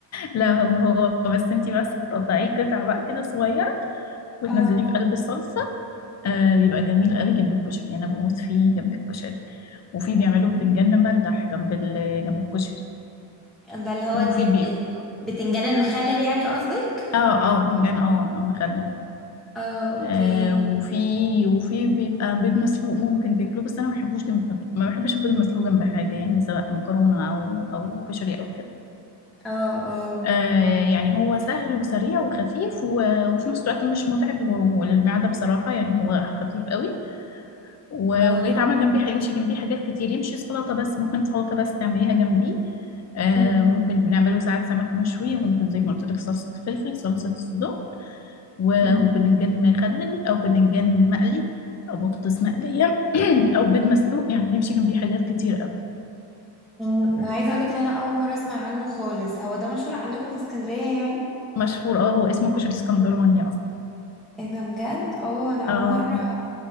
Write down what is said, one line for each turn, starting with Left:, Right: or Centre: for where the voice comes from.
Left: لا هو هو بس انتي بس بتقطعيه قطع بقى كده صغيرة وتنزليه
Centre: اه
Left: في قلب الصلصة آه بيبقى جميل قوي جنب الكشري أنا بموت فيه جنب الكشري وفي بيعملوا بدنجان مملح جنب ال... جنب الكشري
Centre: ده اللي هو
Left: وفي
Centre: الجب
Left: بي...
Centre: البتنجان المخلل يعني قصدك
Left: اه اه بدنجان اه مخلل
Centre: اه اوكي
Left: آه وفي وفي بيبقى بيض مسلوق ممكن تاكله بس انا ما بحبوش جنب ما بحبش البيض المسلوق جنب حاجه يعني سواء مكرونه او او كشري او كده
Centre: اه اه
Left: آه يعني هو سهل وسريع وخفيف و- وفي نفس الوقت مش متعب للمعده بصراحه يعني هو خفيف قوي و-
Centre: اه
Left: وجاي يتعمل جنبيه هيمشي جنبيه حاجات كتير يمشي سلطه بس ممكن سلطه بس تعمليها جنبيه آه
Centre: مم.
Left: ممكن بنعمله ساعات سمك مشوي وممكن زي ما قلت لك صلصه فلفل صلصه صدق و-
Centre: مم.
Left: وبدنجان مخلل او بدنجان مقلي او بطاطس مقليه <clears throat> او بيض مسلوق يعني بيمشي جنبيه حاجات كتير قوي
Centre: مم. انا عايزه اقولك ان انا اول مره اسمع عنه خالص هو ده مشهور عندكم في اسكندريه يعني
Left: مشهور اه هو اسمه كشري اسكندراني اصلا
Centre: ايه ده بجد اه انا
Left: اه
Centre: اول مره